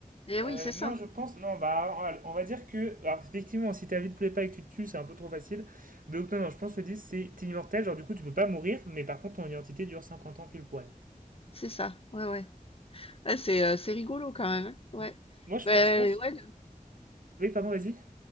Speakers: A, on the left; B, on the right.
A: Et oui,
B: Euh,
A: c'est ça,
B: non, je pense, non, bah, on va dire que, alors, effectivement, si ta vie te plaît pas et que tu te tues, c'est un peu trop facile. Donc, non, non, je pense que le 10, c'est t'es immortel, genre, du coup, tu peux pas mourir, mais par contre, ton identité dure 50 ans pile poil.
A: c'est ça. Ouais, ouais. Ouais, c'est, heu, c'est rigolo quand même, hein. Ouais.
B: Hmm. Moi, je,
A: Ben
B: je pense,
A: ouais,
B: oui, pardon, vas-y.